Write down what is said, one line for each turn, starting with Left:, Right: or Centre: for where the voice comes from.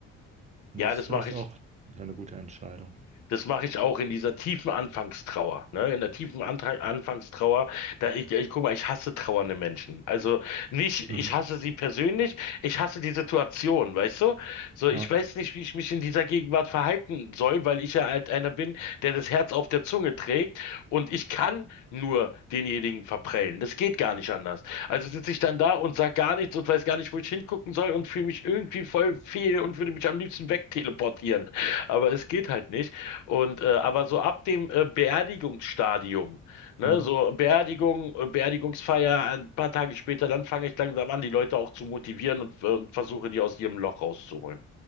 Right: Und
Left: Ja,
Right: das ist
Left: das
Right: vielleicht
Left: mache ich,
Right: auch ja, eine gute Entscheidung.
Left: das mache ich auch in dieser tiefen Anfangstrauer, ne? In der tiefen Antra Anfangstrauer, da ich, ich guck mal, ich hasse trauernde Menschen. Also nicht,
Right: Mhm.
Left: ich hasse sie persönlich, ich hasse die Situation, weißt du? So,
Right: Ja,
Left: ich weiß nicht, wie ich mich in dieser Gegenwart verhalten soll, weil ich ja halt einer bin, der das Herz auf der Zunge trägt und ich kann nur denjenigen verprellen. Das geht gar nicht anders. Also sitze ich dann da und sag gar nichts und weiß gar nicht, wo ich hingucken soll und fühle mich irgendwie voll fehl und würde mich am liebsten wegteleportieren. Aber es geht halt nicht. Und äh, aber so ab dem äh, Beerdigungsstadium, ne,
Right: ja.
Left: so Beerdigung, äh, Beerdigungsfeier, ein paar Tage später, dann fange ich langsam an, die Leute auch zu motivieren und, äh, und versuche die aus ihrem Loch rauszuholen.